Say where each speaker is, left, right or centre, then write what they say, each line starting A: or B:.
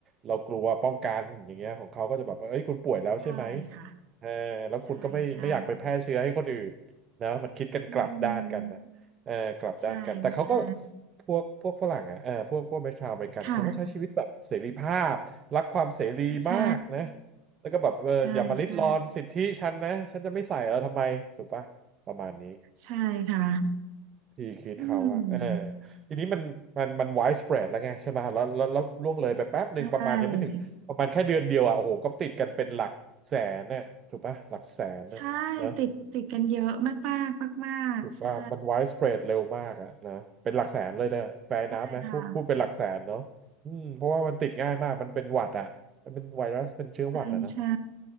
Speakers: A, on the right; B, on the right.
A: เรากลัวป้องกันอย่างเงี้ยของเขาก็จะแบบเอ้ยคุณป่วยแล้วใช่ไหม
B: ใช่ค่ะ
A: เออแล้วคุณก็ไม่ไม่อยากไปแพร่เชื้อให้คนอื่น
B: ใช่ใช่
A: นะมันคิดกันกลับด้านกันนะเออกลับด้านกันแต่เขาก็
B: อืมใช่ใช่
A: พวกพวกฝรั่งอ่ะเออพวกพวกชาวอเมริกันเขาก็ใช้ชีวิตแบบเสรีภาพรักความเสรีมากนะ
B: ค่ะใช่
A: แล้วก็แบบเอออย่ามาริดรอนสิทธิฉันนะฉันจะไม่ใส่แล้วทำไมถูกปะประมาณนี้
B: ใช่ใช่ใช่ค่ะ
A: ที่คิดเขาอะเออ
B: อืม
A: ทีนี้มันมันมัน wide spread แล้วไงใช่ไหมแล้วแล้วแล้วล่วงเลยไปแป๊บหนึ่งประมาณยังไม่ถึงประมาณแค่เดือนเดียวอะโอ้โหก็ติดกันเป็นหลักแสนเนี่ยถูกปะหลักแสนเนี่ยนะ
B: ใช่ใช่ติดติดกันเยอะมากมากมากมากๆใช่
A: ถูกว่ามัน wide spread เร็วมากอะนะเป็นหลักแสนเลยเนี่ยแฟร์นับไหมพูดพูดเป็นหลักแสนเนาะอืมเพราะว่ามันติดง่ายมากมันเป็นหวัดอะมันเป็นไวรัสเป็นเชื้อหวัดอะนะ
B: ใช่ค่ะใช่ใช่